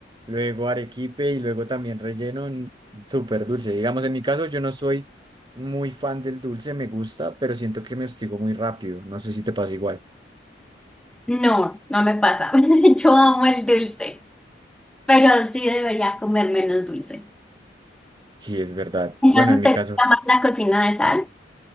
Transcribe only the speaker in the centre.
No, no me pasa. <laughs> Yo amo el dulce, pero sí debería comer menos dulce.
Entonces
te
gusta más la cocina de sal.